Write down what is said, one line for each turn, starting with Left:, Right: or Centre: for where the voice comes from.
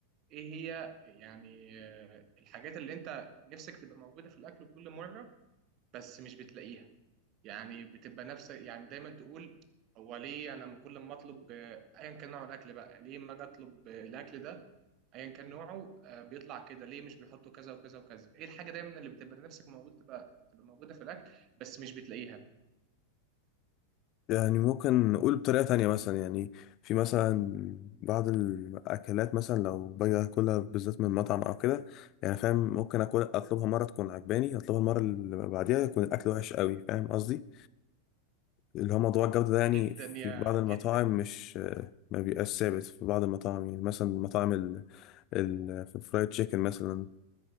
Right: ايه هي يعني آه، الحاجات اللي انت نفسك تبقى موجودة في الاكل كل مرة بس مش بتلاقيها يعني بتبقى نفس يعني دايما تقول هو ليه انا لما كل ما اطلب آه، ايا كان نوع الاكل بقى ليه ما اجي اطلب آه، الاكل ده ايا كان نوعه آه، بيطلع كده ليه مش بيحطوا كذا وكذا وكذا ايه الحاجة دايما اللي بتبقى نفسك موجودة تبقى تبقى موجودة في الاكل بس مش بتلاقيها
Left: يعني ممكن نقول بطريقة تانية مثلا يعني في مثلا بعض الأكلات مثلا لو باجي أكلها بالذات من مطعم أو كده يعني فاهم ممكن أكل أطلبها مرة تكون عجباني أطلبها المرة اللي بعديها يكون الأكل وحش قوي فاهم قصدي اللي هو موضوع الجودة ده يعني
Right: جدا
Left: في
Right: يا
Left: بعض المطاعم
Right: جدا
Left: مش ما بيبقاش ثابت في بعض المطاعم يعني مثلا مطاعم ال- ال- في الفرايد تشيكن مثلا